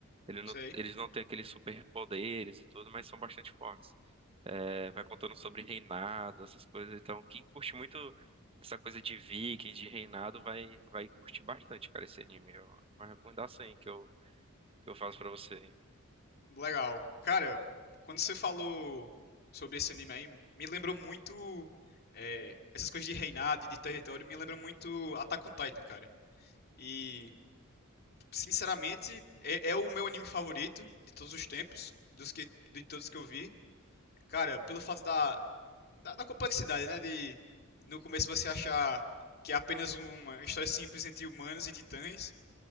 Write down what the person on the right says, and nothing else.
Ele não-
eles não têm aqueles superpoderes e tudo, mas são bastante fortes. É, vai contando sobre reinado, essas coisas. Então, quem curte muito essa coisa de vikings, de reinado, vai, vai curtir bastante, cara, esse anime. É uma recomendação aí que eu, que eu faço pra você.